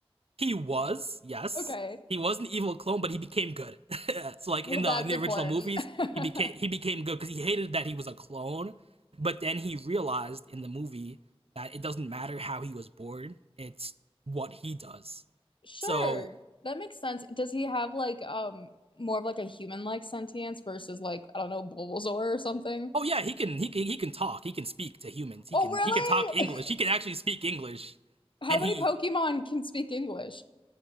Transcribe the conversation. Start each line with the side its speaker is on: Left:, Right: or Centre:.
Right: he was yes,
Left: Okay.
Right: he was an evil clone, but he became good. <laughs> so like
Left: Well,
Right: in the
Left: that's
Right: in the
Left: important.
Right: original movies,
Left: <laughs>
Right: he became he became good because he hated that he was a clone, but then he realized in the movie that it doesn't matter how he was born; it's what he does.
Left: Sure.
Right: So
Left: That makes sense. Does he have like um more of like a human-like sentience versus like, I don't know, Bulbasaur or something?
Right: oh yeah, he can he can he can talk, he can speak to humans, he
Left: Oh,
Right: can
Left: really?
Right: he can talk English, he can actually speak English,
Left: <laughs> How
Right: and
Left: many
Right: he
Left: Pokemon can speak English?